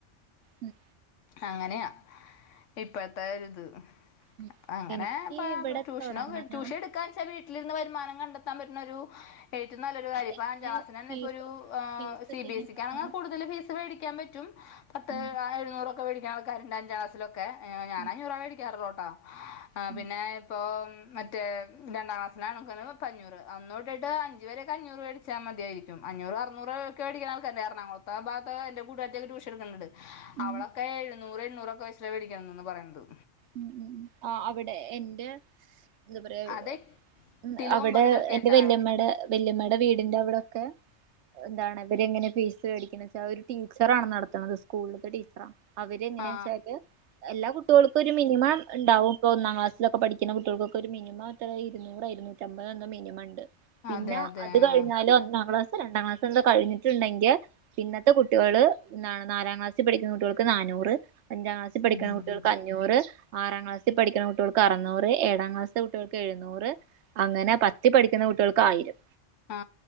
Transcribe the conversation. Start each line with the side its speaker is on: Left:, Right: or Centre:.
Right: ഉം
Left: അങ്ങനെയാ ഇപ്പൊഴുത്താരുത്
Right: ഉം.
Left: അങ്ങനെ
Right: എനിക്ക്
Left: പ
Right: ഇവിടെ
Left: ട്യൂഷനോ
Right: തൊടങ്ങണ
Left: ട്യൂഷൻ എടുക്കാൻ ചെറി വിട്ടീലിരുന്ന് വരുമാനം കണ്ടെത്താൻ പറ്റുന്ന ഒരു ഏറ്റവും നല്ലൊരു അടിഭാഗം
Right: എങ്ങനെ
Left: ഗ്യാസ് തന്നെ
Right: ഫീസ്
Left: ഇപ്പോരു ആ
Right: ഫീസൊക്കെ
Left: സി ബി
Right: എങ്ങനെയാണ്
Left: എസിക്കാണെങ്കിൽ കൂടുതൽ ഫീസ് മേടിക്കാൻ പറ്റും പത്തുഎഴുന്നൂറൊക്കെ
Right: ഉം
Left: മേടിക്കാ <unintelligible> ഗ്യാസിലൊ എ ഏ ഞാൻ
Right: ഉം
Left: അഞ്ഞൂറേ മേടിക്കാറുളുട്ടോ ആ
Right: ഉം
Left: പിന്നെ ഇപ്പൊ മറ്റേ രണ്ടാം ക്ലാസ്സിലാണെകിൽ ഇപ്പ അഞ്ഞൂറ് ഒന്ന് തൊട്ടിട്ട് അഞ്ച് വരൊക്കെ അഞ്ഞൂറ് മേടിച്ചാ മതിയായിരിക്കും അഞ്ഞൂറ് അറുന്നൂറൊക്കെ മേടിക്കുന്ന ആൾക്കാരുണ്ട് എറാണകുളത്തെ ഭാഗത്ത് എന്റെ കൂട്ടുകാരത്തൊക്കെ ട്യൂഷൻ എടുക്കുന്നുണ്ട്
Right: ഉം
Left: അവളൊക്കെ എഴുന്നൂറ് അഞ്ചുറൊന്നും പൈസ വേടിക്കണംന്ന് പറയുന്നത്
Right: ഉം ഉം ആ അവിടെ എന്റെ എന്താ പറയാ
Left: അത് എട്ടിലും
Right: മ് അവിടെ
Left: ഒമ്പതിലും ഒക്കെ
Right: എന്റെ
Left: ആയിട്ടാ
Right: വല്യമ്മടെ വല്യമ്മടെ വീട് വീടിന്റെ അവിടൊക്കെ എന്താണ് ഇവരിങ്ങനെ ഫീസ് മേടിക്ക്ണ് വച്ചാൽ ഒരു ടീച്ചറാണ് നടത്തുന്നത് സ്കൂള്ത്തെ ടീച്ചറാ അവര് എങ്ങനെയ
Left: ആ
Right: ച്ചാല് എല്ലാ കുട്ടികൾ ഇപ്പോ ഒരു മിനിമം ഉണ്ടാവും ഇപ്പൊ ഒന്നാം ക്ലാസ്സിലക്കെ പഠിക്ക്ണ കുട്ടികൾക്കെ ഒരു മിനിമം ഇരൂനൂറോ ഇരുന്നൂറ്റമ്പതോ മിനിമം ഇണ്ട് പിന്നെ
Left: അതെ അതെ
Right: അത്
Left: ആ
Right: കഴിഞ്ഞാല് ഒന്നാം ക്ലാസ് രണ്ടാം ക്ലാസ് എന്തോ കഴിഞ്ഞിട്ടുണ്ടെങ്കിൽ പിന്നെത്തെ കുട്ട്യോള് നാല നാലാം ക്ലാസ്സിൽ പഠിക്കുന്ന കുട്ടോക്ക് നാന്നൂറ് അഞ്ചാം ക്ലാസ്സിൽ പഠിക്കണ
Left: ഉം
Right: കുട്ടികൾക്ക് അൻ റ് ആറാം ക്ലാസ്സിൽ പഠിക്കുന്ന കുട്ട്യോ ൾക്ക് അറുന്നൂറ് ഏഴാം ക്ലാസ്സ്‌ത്തെ കുട്ടികൾക്ക് എഴുന്നൂറ് അങ്ങനെ പത്തിൽ പഠിക്കുന്ന കുട്ടോൾക്ക് ആയിരം
Left: ആ